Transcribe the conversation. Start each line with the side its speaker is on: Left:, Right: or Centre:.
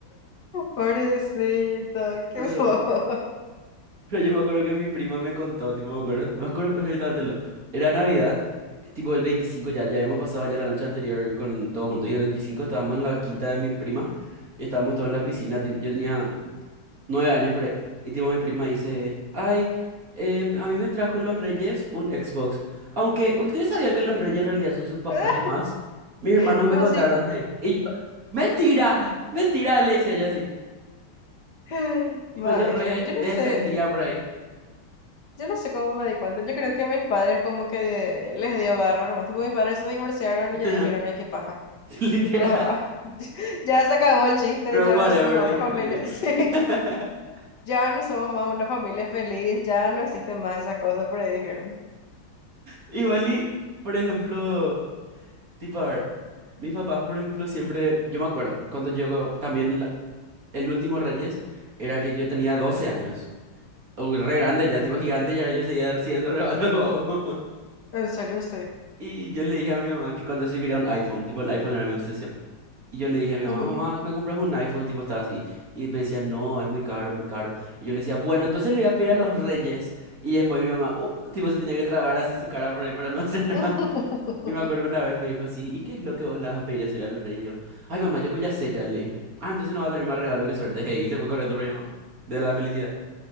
Left: Pobrecito, qué
Right: Pero,
Left: bobo.
Right: pero yo me acuerdo que mi prima me contó, tipo, me acuerdo, me acuerdo perfectamente lo. Era Navidad, tipo el 25 ya, ya habíamos pasado ya la noche anterior con todos juntos y el 25 estábamos en la quinta de mi prima y estábamos todos en la piscina. ti- Yo tenía nueve años por ahí. Y tipo mi prima dice, ay, em, a mí me trajo los Reyes un Xbox. Aunque ustedes sabían que los Reyes en realidad son sus papás
Left: <laughs>
Right: nomás. Mis hermanos
Left: Y
Right: me
Left: vos
Right: contaron,
Left: así,
Right: hey. Y yo, mentira, mentira, le decía yo así.
Left: <laughs> ¿qué?
Right: Tipo
Left: Imagina,
Right: yo re
Left: yo no
Right: defendía
Left: sé,
Right: por ahí.
Left: Yo no sé cómo me di cuenta. Yo creo que mis padres como que de- les dio garra nomás. Tipo, mis padres se divorciaron
Right: <laughs>
Left: y ya dijeron, ay, qué paja.
Right: Literal.
Left: Tipo, "Ah, <laughs> ya se acabó el chiste,
Right: Girl,
Left: ya
Right: whatever,
Left: no somos más
Right: dijeron
Left: una familia.
Right: así.
Left: <laughs> Sí.
Right: <laughs>
Left: Ya no somos más una familia feliz, ya no existen más esas cosas, por ahí dijeron.
Right: Igual y, por ejemplo, tipo, a ver, mis papás, por ejemplo, siempre, yo me acuerdo, cuando yo también el último Reyes era que yo tenía 12 años. Uy, re grande ya, tipo gigante, ya yo seguía siendo re malo, <laughs> babo.
Left: En serio, sí.
Right: Y yo le dije a mi mamá que cuando yo quería un iPhone, tipo el iPhone era mi obsesión. Y yo le dije a mi
Left: Ujú.
Right: mamá, mamá, ¿me compras un iPhone? Tipo estaba así. Y me decía, no, es muy caro, muy caro. Y yo le decía, bueno, entonces le voy a pedir a los Reyes. Y después mi mamá, oh, tipo se tenía que tragar así su cara por ahí para no <laughs> hacer
Left: <laughs>
Right: nada. Y me acuerdo una vez me dijo así, ¿y qué es lo que vos le vas a pedir a Celia a los Reyes? Y yo, Ay, mamá, yo que ya sé, ya le dije. Ah, entonces no va a tener más regalo, qué suerte. <laughs> Hey, y se fue corriendo por mi mamá. De la felicidad.